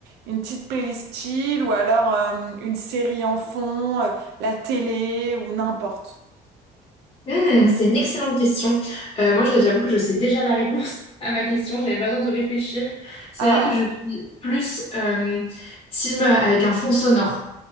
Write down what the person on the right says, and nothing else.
une petite playlist chill ou alors euh, une série en fond, euh, la télé ou n'importe.
Ah.